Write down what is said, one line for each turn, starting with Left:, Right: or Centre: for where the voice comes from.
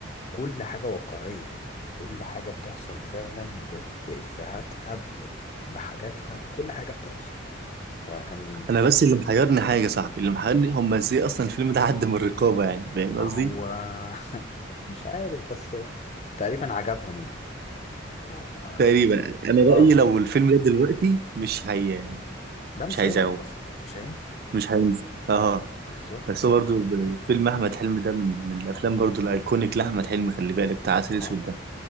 Left: كل حاجة واقعية كل حاجة بتحصل فعلا ب- بإفهاتها ب- بحاجاتها كل حاجة بتحصل فكان
Right: انا بس اللي محيرني حاجه يا صابحي اللي محيرني هم ازاي اصلا الفيلم ده عدى من الرقابه يعني فاهم
Left: ما
Right: قصدي
Left: هو <laughs> مش عارف بس تقريبا عجبهم يعني فهو
Right: تقريبا انا رايي
Left: اه
Right: لو الفيلم ده دلوقتي مش هي
Left: ده مش
Right: مش هيذاعوه
Left: هينزل أصلا مش هينزل
Right: مش هينزل اه
Left: بالظبط
Right: بس هو برضه ب- فيلم احمد حلمي ده من, من الافلام برضه الايكونيك لاحمد حلمي خلي بالك بتاع عسل
Left: اه
Right: اسود ده